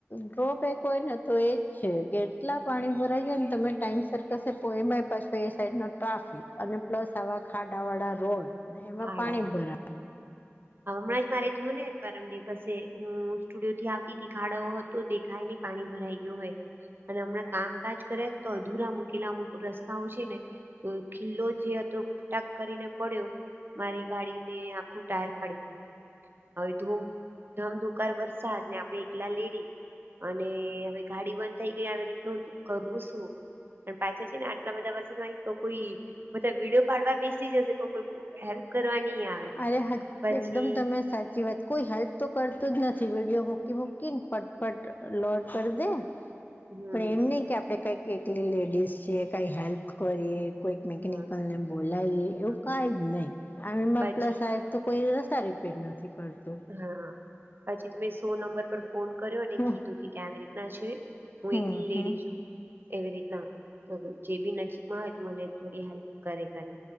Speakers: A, on the left; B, on the right.
A: ટોપેક હોય ને તો એજ છે કે એટલા પાણી ભરાય જાય ને તમે, ટાઈમ છ તો <unintelligible> અને એમાંય એ સાઈડ નો ટ્રાફિક અને પ્લસ આવા ખાડાવાળા રોડ. ને એમાં
B: હાડ
A: પાણી
B: આવે
A: ભરા,
B: હમણાં જ મારે થ્યું ને, પરમ દિવસે હું સ્ટુડિયો થી આવતી તી ખાડો હતો દેખાય નહી પાણી ભરાઈ ગ્યું હોય. અને હમણાં કામકાજ કર્યા ને તો અધુરા મુૂકેલા અમુક રસ્તાઓ છે ને તો ખિલ્લો જે હતો અ ટક કરીને પડ્યો મારી ગાડી ને આખું ટાયર ફાડી, નાખ્યું હવે ધૂમ ધમધુકાર વરસાદ ને આપણે એકલા લેડી અને હવે ગાડી બંધ થઈ ગઈ આવી રીતનું કરવું શું. પણ પાછા છે ને આટલા બધા વર્ષો અહી તો કોઈ બધા વિડીયો પાડવા બેસી જશે પણ કોઈ હેલ્પ કરવા નહી આવે.
A: અરે હ
B: પછી
A: એકદમ તમે સાચી વાત કોઈ હેલ્પ તો કરતું જ નથી વિડીયો મૂકી મૂકીને પટ પટ લોડ કર દે.
B: હમ
A: પણ એમ નહી કે આપડે કાઈક એકલી લેડીશ છે કઈ હેલ્પ કરીએ કોઈક, મકેનિકલ
B: હા
A: ને બોલાએ એવું
B: હા
A: કઈ જ નહી આ એમાં,
B: પછી
A: એક તો કોઈ રસ્તા રિપેર નથી કરતું.
B: હા પછી તો મેં સો નંબર પર ફોન કર્યો અને
A: હમ
B: કીધું કે કે આવી રીતના છે. હું
A: હમ
B: એકલી લેડી
A: હમ
B: છું એવી રીતના જે બી નજીકમાં હોય તો મને થોડી હેલ્પ કરે કરે